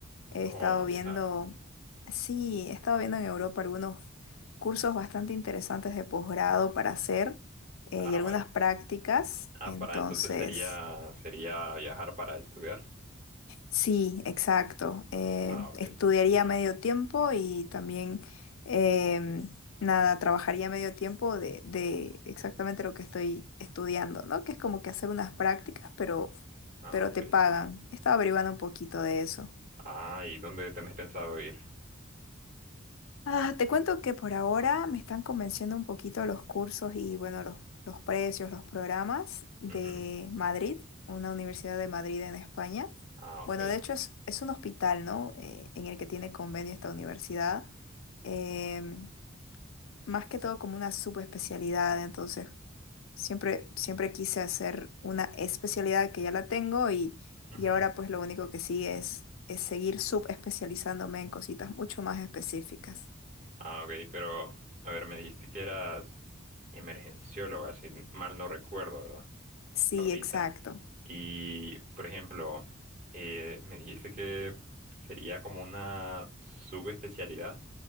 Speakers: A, on the left; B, on the right.
A: He
B: Oh,
A: estado
B: viajar.
A: viendo, sí, he estado viendo en Europa algunos cursos bastante interesantes de posgrado para hacer eh,
B: Ah,
A: y algunas
B: vaya.
A: prácticas.
B: Ah,
A: Entonces...
B: para entonces sería sería viajar para estudiar.
A: Sí, exacto. Eh,
B: Ah, ok.
A: estudiaría medio tiempo y también, em, nada, trabajaría medio tiempo de, de exactamente lo que estoy estudiando, ¿no? Que es como que hacer unas prácticas, pero,
B: Ah,
A: pero
B: ok.
A: te pagan. Estaba averiguando un poquito de eso.
B: Ah, ¿y dónde tenés pensado ir?
A: Ah, te cuento que por ahora me están convenciendo un poquito los cursos y bueno, los, los precios, los programas de
B: Ujú.
A: Madrid, una universidad de Madrid en España.
B: Ah,
A: Bueno,
B: ok.
A: de hecho es, es un hospital, ¿no? Eh, en el que tiene convenio esta universidad. em, más que todo como una subespecialidad, entonces siempre, siempre quise hacer una especialidad que ya la tengo y,
B: Ujú.
A: y ahora pues lo único que sigue es, es seguir subespecializándome en cositas mucho más específicas.
B: Ah, ok, pero a ver, me dijiste que eras emergencióloga, si mal no recuerdo, ¿verdad?
A: Sí,
B: ahorita.
A: exacto.
B: Y, por ejemplo, eh, me dijiste que sería como una subespecialidad.